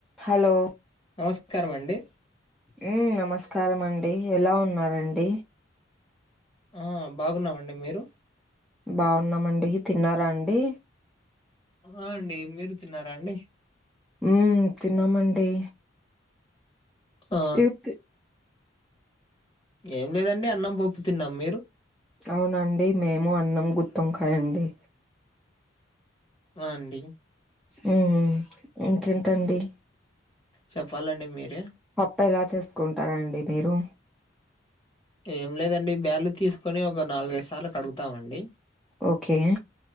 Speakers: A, in the centre; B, on the left (about 25°).
A: Hello
B: నమస్కారమండి
A: మ్మ్ నమస్కారమండి ఎలా ఉన్నారండి
B: ఆ బాగున్నామండి మీరు
A: బాగున్నామండి ఇ తిన్నారా అండి
B: ఆ అండి మీరు తిన్నారా అండి
A: మ్మ్ తిన్నామండి
B: ఆ
A: ఏప్తి
B: ఏం లేదండి అన్నం పప్పు తిన్నాం మీరు?
A: అవునండి మేము అన్నం గుత్తి వంకాయ అండి.
B: వాఅండి
A: మ్ ఇంకేంకండి.
B: చెప్పాలండి మీరే.
A: పప్ప ఎలా చేసుకుంటారండి మీరు?
B: ఏం లేదండి బ్యాలు తీసుకొని ఒక నాలుగైదు సార్లు కడుగుతామండి.
A: ఓకే